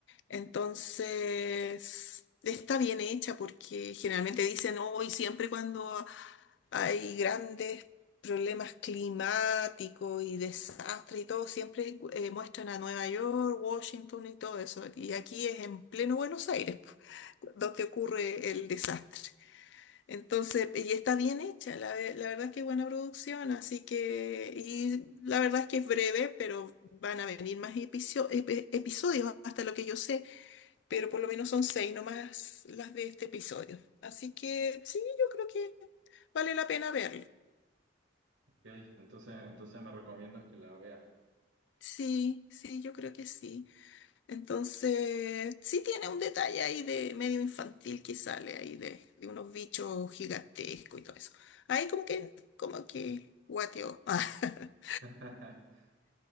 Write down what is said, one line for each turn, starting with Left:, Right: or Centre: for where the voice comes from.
Left: Entonces, está bien hecha porque generalmente dicen, hoy siempre cuando hay grandes problemas climáticos y desastres y todo, siempre eh, muestran a Nueva York, Washington y todo eso. Y aquí es en pleno Buenos Aires, <laughs> donde ocurre el desastre. Entonces, y está bien hecha, la, ve- la verdad es que es buena producción, así que, y la verdad es que es breve, pero van a venir más episo- epi- episodios, hasta lo que yo sé, pero por lo menos son seis nomás las de este episodio. Así que sí, yo creo que vale la pena verlo.
Right: Ok, entonces, entonces me recomiendas que la vea.
Left: Sí, sí, yo creo que sí. Entonces, sí tiene un detalle ahí de medio infantil que sale ahí de, de unos bichos gigantescos y todo eso. Ahí como que, como que, guateo. <laughs>
Right: <laughs>